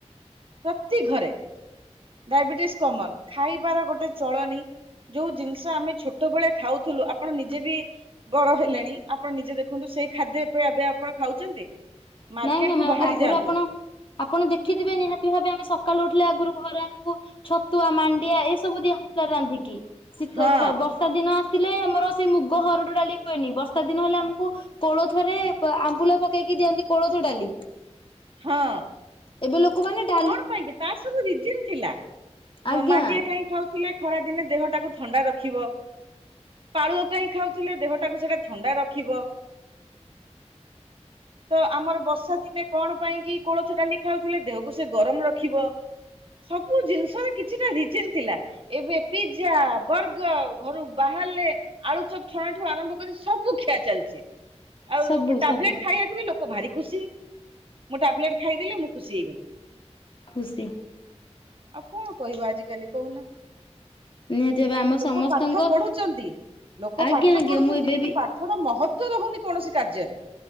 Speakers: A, on the right; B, on the left.
A: ପ୍ରତି ଘରେ। ଡାଇବେଟିସ୍ କମନ ଖାଇବାର ଗୋଟେ ଚଳଣି ଯୋଉ ଜିନିଷ ଆମେ ଛୋଟ ବେଳେ ଖାଉଥିଲୁ ଆପଣ ନିଜେ ବି ବଡ ହେଲେଣି ଆପଣ ନିଜେ ଦେଖନ୍ତୁ ସେଇ ଖାଦ୍ୟ ପାଇଁ ଏବେ ଆପଣ ଖାଉଛନ୍ତି। ମାର୍କେଟ
B: ନାଇଁ ନାଇଁ
A: କୁ
B: ମାମ
A: ବାହାରି
B: ଆଗରୁ
A: ଯାଆନ୍ତୁ
B: ଆପଣ ଆପଣ ଦେଖିଥିବେ ନିହାତି ଭାବେ ଆମେ ସକାଳୁ ଉଠିଲେ ଆଗରୁ ଘରେ ଆମକୁ ଛତୁଆ ମାଣ୍ଡିଆ ଏ ସବୁ ଦିଆ ହୋଉଥିଲା ରାନ୍ଧିକି ଶୀତ
A: ହଁ
B: ଖ ବ ସା ଦିନ ଆସିଲେ ଆମର ସେ ମୁଗ ହରଡ ଡାଲି ହୁଏନି ବର୍ଷା ଦିନ ହେଲେ ଆମକୁ କୋଳଥରେ ଆମ୍ବୁଲ ପକେଇକି ଦିଅନ୍ତି କୋଳଥ ଡାଲି।
A: ହଁ।
B: ଏବେ ଲୋକମାନେ ଡା
A: କଣ ପାଇଁ କିି ତାର ସବୁ ରିଜିନ୍ ଥିଲା
B: ଆଜ୍ଞା
A: ମାଣ୍ଡିଆ କାଇଁ ଖାଉ ଥିଲେ ଖରା ଦିନେ ଦେହ ଟାକୁ ଥଣ୍ଡା ରଖିବ ପାଳୁଅ କାହିଁକି ଖାଉଥିଲେ ଦେହ ତାକୁ ସେଇଟା ଥଣ୍ଡା ରଖିବ। ତ ଆମର ବର୍ଷା ଦିନେ କଣ ପାଇଁ କିି କୋଳଥ ଡାଲି ଖାଉଥିଲେ। ଦେହ କୁ ସେ ଗରମ ରଖିବ। ସବୁ ଜିନିଷର କିଛିଟା ରିଜିନ ଥିଲା। ଏବେ ପିଜ୍ ଜା ବର୍ଗର ଘରୁ ବାହାରିଲେ ଆଳୁ ଚପ ଛଣା ଠୁ ଆରମ୍ଭ କରି ସବୁ ଖିଆ ଚାଲିଛି। ଆଉ
B: ସବୁ
A: ଟାବଲେଟ
B: ସବୁ
A: ଖାଇବାକୁ ଲୋକ ଭାରି ଖୁସି ମୁଁ ଟାବଲେଟ ଖାଇଦେଲେ ମୁଁ ଖୁସି ହେଇଗଲି।
B: ଖୁସି।
A: ଆଉ କଣ କହିବ ଆଜିକାଲି କହୁନା?
B: ନିହାତି ଭାବେ ଆମ
A: ଲୋକ
B: ସମସ୍ତଙ୍କ
A: ପାଠ ପଢୁଛନ୍ତି। ଲୋକ
B: ଆଜ୍ଞା
A: ପାଠ
B: ଆଜ୍ଞା
A: ପଢୁଛନ୍ତି।
B: ମୁଁ ଏବେ
A: କିନ୍ତୁ
B: ବି
A: ପାଠର ମହତ୍ୱ ରହୁନି କୌଣସି କାର୍ଯ୍ୟରେ।